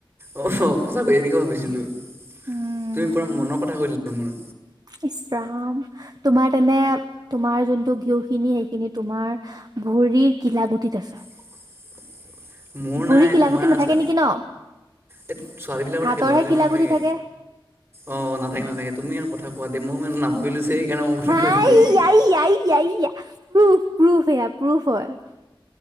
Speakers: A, on the right (about 30°); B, on the right (about 45°).
A: অ সঁচাকৈ এনেকে ভাবিছিলোঁ
B: উম
A: তুমি পুৰা মনৰ কথা কৈ দিলা মোৰ
B: ইছৰাম তোমাৰ তেনে তোমাৰ যোনটো ঘিও খিনি সেইখিনি তোমাৰ ভুৰ শৰীৰ কিলা কিলাকুটিত আছে
A: <unintelligible> <inaudible> মোৰ
B: ভৰি
A: নাই
B: কিলাগতি
A: তোমাৰ
B: নাথাকে
A: আছে
B: নেকি ন <unintelligible>
A: এই ছোৱালী বিলাকৰ
B: হাতৰহে
A: থাকে লৰাবিলাকৰ
B: কিলাকুটি
A: নাথাকে
B: থাকে
A: অ নাথাকে নাথাকে তুমি আৰু কথা কোৱা দে মই মানে নাভাবিলো যে মই বুলি
B: হে
A: কৈ দিলো
B: ইয়া ইয়া ইয়া ইয়া প্ৰুফ প্ৰুফ এয়া প্ৰুফ হয় <unintelligible>